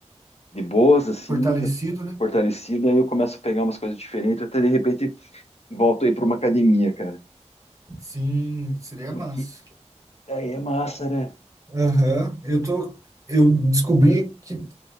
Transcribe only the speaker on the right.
Fortalecido,
né?
Sim, seria
massa.
Aham. Eu tô. Eu descobri que